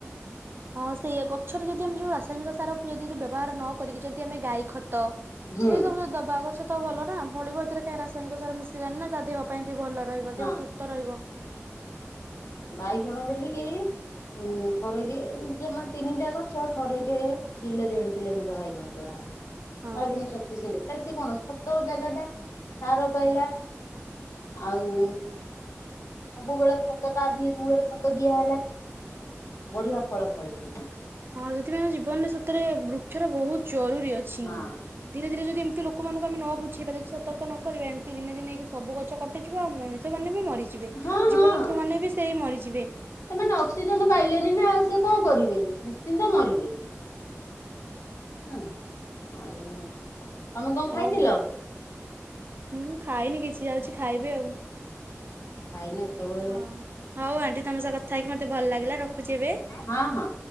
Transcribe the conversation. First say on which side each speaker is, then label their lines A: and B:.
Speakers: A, on the right; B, on the left.
A: ହଁ ସେୟା ଗଛରେ ଯଦି ଆମେ ଯୋଉ ରାସାୟନିକ ସାର ଯଦି ବ୍ୟବହାର ନ କରିକି ଯଦି ଆମେ ଗାଈ ଖତ ଏ
B: ହୁଁ।
A: ସବୁ ଯ ଦବା। ଗଛ ତ ଭଲ ନା ଭଳିବ ଏଥିରେ କାହିଁ ରାସାୟନିକ ସାର ମିଶିଲାନି ନା ତା ଦେହ ପାଇଁ ବି ଭଲ ରହିବ
B: ହଁ
A: ଦେହ ସୁସ ସ୍ଥ ରହିବ।
B: ବାଇଗଣ ବିଲିକି ଉଁ ଥରେ କେ ଜମା ତିନିଟା ଗଛ ଥରେ କେ କିଲୋ ଦେଢ କିଲେ ନେକା ବାଇଗଣ ତୋଳା ହବ।
A: ହଁ
B: ବାଇଗଣ ଶକ୍ତି ସେମ ତାଲେ ସେ କଣ ତ ଜାଗା ଟା ସାର ପାଇଲା। ଆଉ ସବୁବେଳେ ଖତ ତା ଦି ମୂଳରେ ଖତ ଦିଆହେଲା। ବଢିଆ ଫଳ ଫଳିଥିଲା।
A: ହଁ ସେଥିପାଇଁ ଆମ ଜୀବନରେ ସତରେ ବୃକ୍ଷର ବହୁତ ଜରୁରୀ ଅଛି।
B: ହଁ।
A: ଧୀରେ ଧୀରେ ଯଦି ଏମିତି ଲୋକମାନଙ୍କୁ ଆମେ ନ ବୁଝେଇବା ଯଦି ସତର୍କ ନ କରିବା ଏମିତି ଦିନେ ଦିନ ହେଇକି ସବୁ ଗଛ କଟିଯିବ। ଆଉ ମ ଣିଷ ମାନେ ବି ମରିଯିବେ।
B: ହଁ ହଁ।
A: ଜୀବଜନ୍ତୁମାନେ ବି ସେଇ ମରିଯିବେ।
B: ସେମାନେ ଅକ୍ସିଜେନ ପାଇଲେନି ନା ଆଉ ସିଏ କଣ କରିବେ ନିଶ୍ଚିନ୍ତ ମରିବେ। ହୁଁ ଆଉ ତମେ କଣ
A: ହଉ
B: ଖାଇଥିଲ?
A: ମୁଁ ଖାଇନି କିଛି ଯାଉଛି ଖାଇବି ଆଉ।
B: ଖାଇନ ଏତ ବେ
A: ହଁ ହଉ ଆଣ୍ଟି ତମ ସହ କଥା ହେଇକି ମତେ ଭଲ ଲାଗିଲା ରଖୁଛି ଏବେ।
B: ହଁ ହଁ।